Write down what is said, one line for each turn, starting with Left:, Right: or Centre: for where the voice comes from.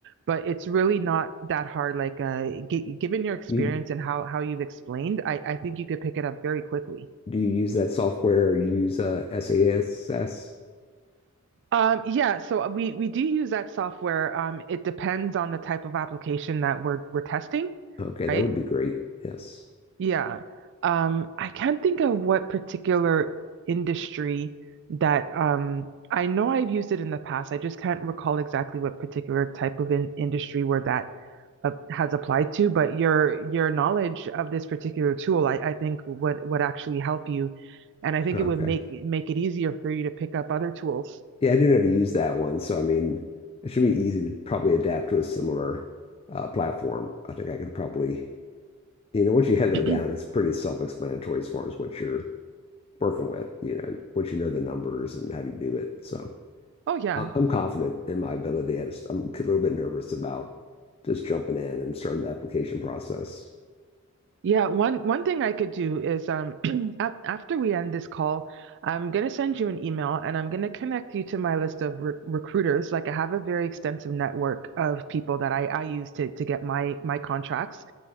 Right: but it's really not that hard. Like uh, g given your experience
Left: You
Right: and how how you've explained, I, I think you could pick it up very quickly.
Left: Do you use that software? Or You use uh, SASS?
Right: Um, yeah, so uh, we we do use that software. Um, it depends on the type of application that we're we're testing,
Left: Okay, that
Right: right?
Left: would be great. Yes.
Right: Yeah. Um, I can't think of what particular industry that um, I know I've used it in the past. I just can't recall exactly what particular type of in industry where that uh, has applied to. But your your knowledge of this particular tool, I, I think would would actually help you, and I think
Left: Okay.
Right: it would make make it easier for you to pick up other tools.
Left: Yeah, I do know how to use that one. So, I mean, it should be easy to probably adapt to a similar uh, platform. I think I could probably, you know, once you have that
Right: <clears throat>
Left: down, it's pretty self-explanatory as far as what you're working with, you know, once you know the numbers and how to do it. So,
Right: Oh yeah,
Left: I- I'm confident in my ability. I just, I'm a little bit nervous about just jumping in and starting the application process.
Right: Yeah, one one thing I could do is um <clears throat> af after we end this call, I'm gonna send you an email and I'm gonna connect you to my list of re recruiters. Like I have a very extensive network of people that I I use to to get my my contracts.